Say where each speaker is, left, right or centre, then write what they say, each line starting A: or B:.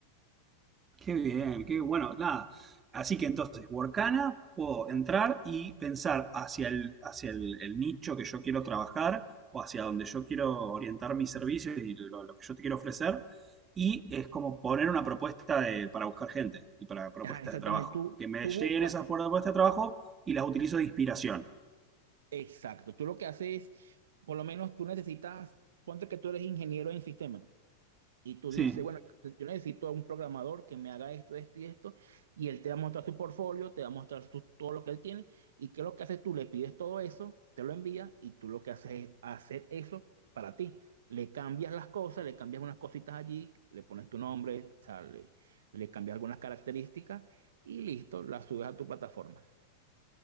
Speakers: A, on the right; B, on the right.
A: Qué bien, qué bueno, nada. Así que entonces, Workana, puedo entrar y pensar hacia el, hacia el, el nicho que yo quiero trabajar o hacia donde yo quiero orientar mis servicios y lo, lo que yo te quiero ofrecer. Y es como poner una propuesta de- para buscar gente y para propuestas
B: Ajá, exactamente,
A: de trabajo.
B: tú,
A: Que me
B: tú
A: lleguen
B: buscas,
A: esas propuestas de trabajo y las utilizo de inspiración.
B: exacto, tú lo que haces, por lo menos tú necesitas, ponte que tú eres ingeniero en sistemas. Y tú
A: Sí.
B: dices, bueno, yo necesito a un programador que me haga esto, esto y esto. Y él te va a mostrar su portfolio, te va a mostrar su- todo lo que él tiene. ¿Y qué es lo que haces tú? Le pides todo eso, te lo envía y tú lo que haces es hacer eso para ti. Le cambias las cosas, le cambias unas cositas allí, le pones tu nombre, o sea, le, le cambias algunas características y listo, la subes a tu plataforma.